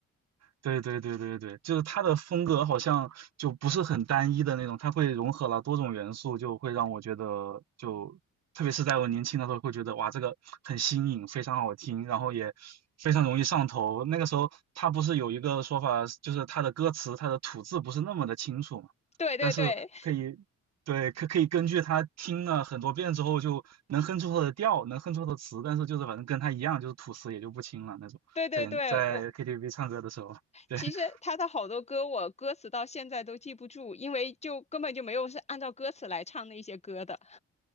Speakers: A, on the right; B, on the left.
A: 对对对对对，就是他的风格好像就不是很单一的那种，他会融合了多种元素，就会让我觉得就，特别是在我年轻的时候，会觉得哇，这个很新颖，非常好听，然后也非常容易上头。那个时候他不是有一个说法，就是他的歌词他的吐字不是那么的清楚嘛，
B: 对对对。
A: 但是可以，对，可可以根据他听了很多遍之后，就能哼出他的调，能哼出他的词，但是就是反正跟他一样，就是吐词也就不清了那种，
B: 对对对，
A: 在演在
B: 我
A: KTV 唱歌的时候。对
B: 其实他的好多歌，
A: <laughs>
B: 我歌词到现在都记不住，因为就根本就没有是按照歌词来唱那些歌的。